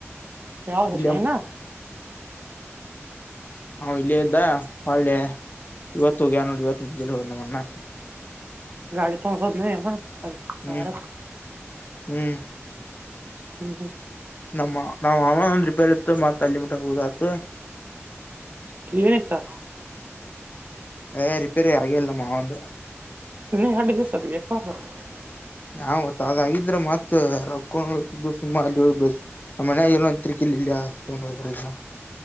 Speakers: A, on the right; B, on the left.
A: ಯಾವ್ದು
B: ಇಲ್ಲಿ
A: ಶೈನ ಹ್ಮ್.
B: ನಾ ಇಲ್ಲೆ ಇದ್ದ ಒಳ್ಳೆ ಇವತ್ತು ಹೋಗ್ಯಾರ್ ನೋಡು ಇವತ್ ಜಲ್ಲಿ ನಮ್ಮನ್ನ.
A: ಗಾಡಿ ತಗೊಂಡು ಹೋದ್ನಿ ಯವ <unintelligible>
B: ಹ್ಮ್
A: ಹಾರ.
B: ಹ್ಮ್
A: ಹ್ಮ ಹ್ಮ
B: ನಮ್ಮ ನಾವ್ ಅಮ್ಮ ಒಂದ್ ರಿಪೇರ್ ಇತ್ತು ಮತ್ತ್ ಅಲ್ಲಿ ಮುಟ ಹೋದಾತು.
A: <unintelligible> ಇತ್ತಾ.
B: ಏ ರಿಪೇರಿ ಆಗಿಲ್ಲ ನಮ್ಮಾವಂದು.
A: <unintelligible>
B: ಹಾ ಗತ್ತಾದಾಗಿದ್ರೆ ಮತ್ ರೋಕ್ಕ <unintelligible> ನಮ್ಮ ಮನೆ ಏನೋ ತಿರಿಕಿಲಿಲ್ಲೈ. ಯಾರ್ ತಗೊಂಡ್ ಹೋದ್ರೇನೋ.